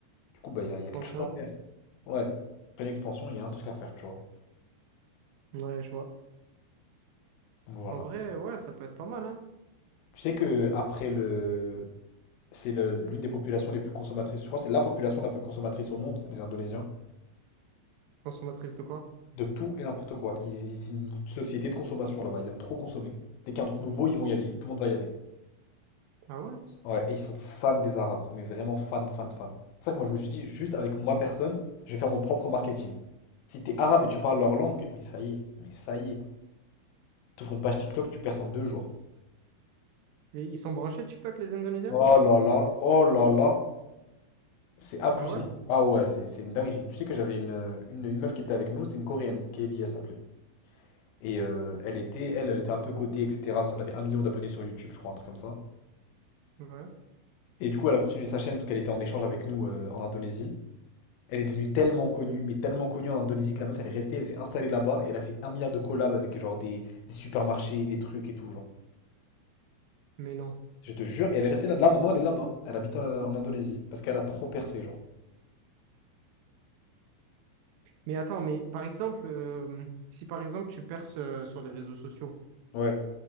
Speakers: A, on the left (about 85°); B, on the right (about 80°).
A: Du coup, bah, il y a, il y a
B: Pension?
A: quelque chose à faire. Ouais, pleine expansion, il y a un truc à faire, tu vois.
B: Ouais, je vois.
A: Donc voilà.
B: En vrai, ouais, ça peut être pas mal, hein.
A: Tu sais que après le. C'est le- l'une des populations les plus consommatrices. Je crois que c'est la population la plus consommatrice au monde, les Indonésiens.
B: Consommatrice de quoi?
A: De tout et n'importe quoi. Ils- ils- c'est une société de consommation là-bas. Ils aiment trop consommer. Dès qu'il y a un truc nouveau, ils vont y aller. Tout le monde va y aller.
B: Ah ouais?
A: Ouais, et ils sont fans des Arabes, mais vraiment fans, fans, fans. C'est ça que moi je me suis dit, juste avec moi personne, je vais faire mon propre marketing. Si t'es arabe et tu parles leur langue, mais ça y est, mais ça y est. T'ouvres une page TikTok, tu perds en deux jours.
B: Et ils sont branchés TikTok, les Indonésiens?
A: Oh là là, oh là là, c'est abusé.
B: Ah ouais?
A: Ah ouais, c'est c'est une dinguerie. Tu sais que j'avais une, euh, une, une meuf qui était avec nous, c'était une Coréenne, Kelly, elle s'appelait. Et euh, elle était, elle, elle était un peu cotée, etc. Elle avait un million d'abonnés sur YouTube, je crois, un truc comme ça.
B: Ouais.
A: Et du coup, elle a continué sa chaîne parce qu'elle était en échange avec nous euh, en Indonésie. Elle est devenue tellement connue, mais tellement connue en Indonésie que la meuf elle est restée, elle s'est installée là-bas et elle a fait un milliard de collabs avec genre des, des supermarchés, des trucs et tout, genre.
B: Mais non.
A: Je te jure, et elle est restée là. Là maintenant elle est là-bas. Elle habite euh, en Indonésie parce qu'elle a trop percé, genre.
B: Mais attends, mais par exemple, euh, si par exemple tu perces euh, sur les réseaux sociaux,
A: Ouais,